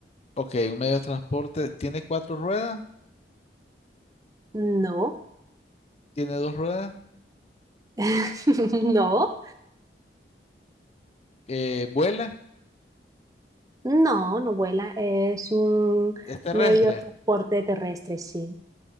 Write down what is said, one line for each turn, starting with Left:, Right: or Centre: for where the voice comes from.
Left: Ok, un medio de transporte. Tiene cuatro ruedas,
Right: No,
Left: tiene dos ruedas,
Right: <laughs> no,
Left: eh, vuela,
Right: no, no vuela. Es un
Left: es terrestre,
Right: medio de transporte terrestre, sí.